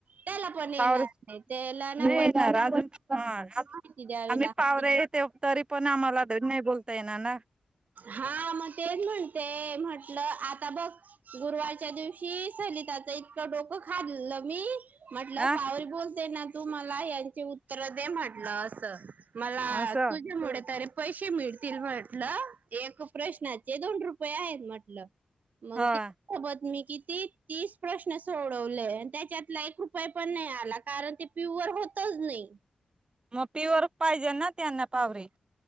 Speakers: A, on the right (about 65°); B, on the right (about 35°).
A: त्याला पण येणार
B: पावरे
A: नाही. त्याला ना
B: नाही
A: <inaudible>
B: येणार अजून हा
A: माहिती द्यावी
B: आम्ही
A: लागते.
B: पावरे येते तरी पण आम्हाला नाही बोलता येणार ना
A: हा मग तेच म्हणते. म्हट म्हलं, आता बघ गुरुवारच्या दिवशी सलिताच इतकं डोकं खाल्लं मी. म्हटलं
B: हा
A: पावरी बोलते ना. तू मला यांचे उत्तर दे म्हटलं अस. मला
B: असं
A: तुझ्यामुळे तरी पैसे मिळ म्हटलं एक प्रश्नाचे दोन रुपये आहेत म्हटलं. मग
B: हा
A: तेबत मी किती तीस प्रश्न सोडवले त्याच्यात एक रुप पण नाही आला कारण ते प्युर होतच नाही.
B: मग पिर पाहिजे ना. त्यांना पावरे